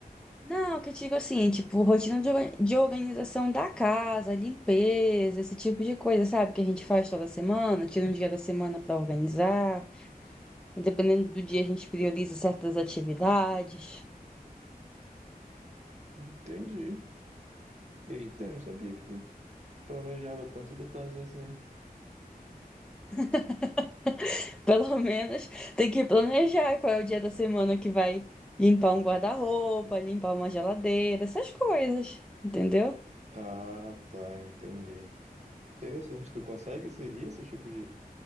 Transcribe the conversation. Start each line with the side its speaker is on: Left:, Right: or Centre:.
Centre: Não, que eu digo assim, tipo, rotina de orga- de organização da casa, limpeza, esse tipo de coisa, sabe? Que a gente faz toda semana, tira um dia da semana pra organizar. E dependendo do dia, a gente prioriza certas atividades.
Right: Entendi. Eita, não sabia que tu planejava tantos detalhes assim.
Centre: <laughs> Pelo menos tem que planejar qual é o dia da semana que vai limpar um guarda-roupa, limpar uma geladeira, essas coisas, entendeu?
Right: Ah, tá, entendi. Interessante. Tu consegue seguir esse tipo de,